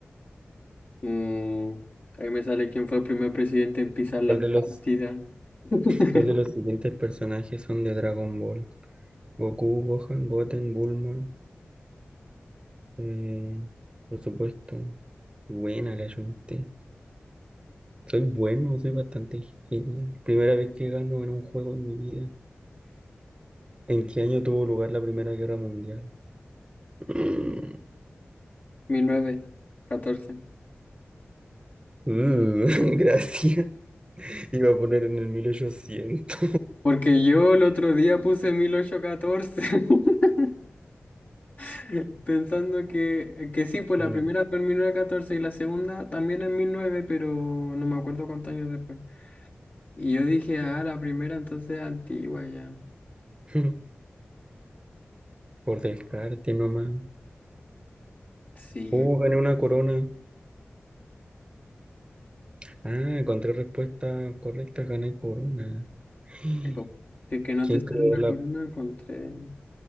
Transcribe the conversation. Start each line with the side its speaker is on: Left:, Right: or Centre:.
Left: Mm, ahí me sale quién fue el primer presidente en pisar la
Right: ¿Cuál
Left: Antártida.
Right: de los,
Left: <laughs>
Right: cuál de los siguientes personajes son de Dragon Ball? Goku, Gohan, Goten, Bulma. eh, por supuesto. Buena, le chunté. Soy bueno, soy bastante genio. Primera vez que gano en un juego en mi vida. ¿En qué año tuvo lugar la Primera Guerra Mundial? Mm,
Left: Mil novecientos catorce.
Right: mm, <laughs> gracias. Iba a poner en el 1800.
Left: Porque yo el otro día puse 1814. <laughs> <laughs> Pensando que, que sí, pues la
Right: Mm,
Left: primera fue en 1914 y la segunda también en 1900, pero no me acuerdo cuántos años después. Y yo dije, ah, la primera entonces es antigua ya.
Right: <laughs> Por descarte nomás.
Left: Sí,
Right: Uh, gané una corona. Ah, encontré respuesta correcta, gané corona. <gasps>
Left: po. Si es que no
Right: ¿Quién
Left: te sale
Right: creó
Left: la
Right: la,
Left: corona con tres.